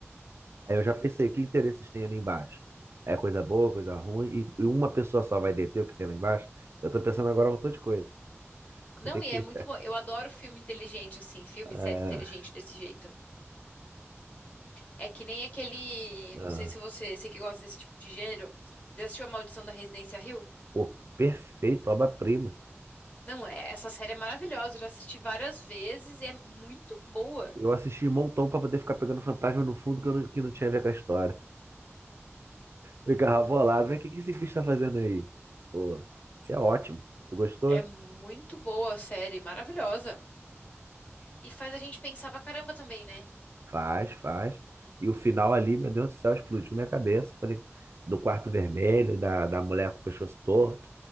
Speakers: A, on the right (about 60°); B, on the left (about 30°).
A: Aí eu já pensei, que interesses tem ali embaixo? É coisa boa, coisa ruim, e, e uma pessoa só vai deter o que tem lá embaixo? Eu tô pensando agora um montão de coisa.
B: Não,
A: Vai ter que.
B: e é muito bom. Eu adoro filme inteligente, assim, filme,
A: ah,
B: série inteligente desse jeito. É que nem aquele. Não
A: ah,
B: sei se você, você que gosta desse tipo de gênero, já assistiu A Maldição da Residência Hill?
A: pô, perfeito, obra-prima.
B: Não, é, essa série é maravilhosa, eu já assisti várias vezes e é muito boa.
A: Eu assisti um montão pra poder ficar pegando fantasma no fundo que, eu não, que não tinha a ver com a história. Ficava bolado, mas o que, que esse bicho tá fazendo aí? Pô, isso é ótimo. Tu gostou?
B: É muito boa a série, maravilhosa. E faz a gente pensar pra caramba também, né?
A: Faz, faz. E o final ali, meu Deus do céu, explodiu minha cabeça. Falei, do quarto vermelho, da, da mulher com o pescoço torto.